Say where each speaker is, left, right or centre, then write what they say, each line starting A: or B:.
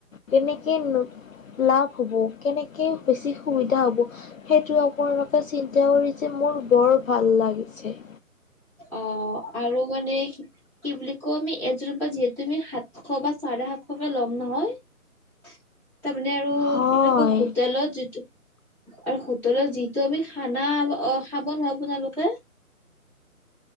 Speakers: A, on the left (about 65°); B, in the centre.
A: কেনেকে লাভ হব কেনেকে বেছি সুবিধা হব সেইটো আপোনালোকে চিন্তা কৰি যে মোৰ বৰ ভাল লাগিছে।
B: অ আৰু মানে কি বুলি কওঁ আমি যিহেতু তুমি সাতশ বা চাৰে সাতশকে ল'ম নহয়। তাৰমানে আৰু
A: হয়।
B: কি বুলি কয় হোটেলত যিটো আৰু হো- -টেলত যিটো আমি খানা অ খাব ন আপোনালোকে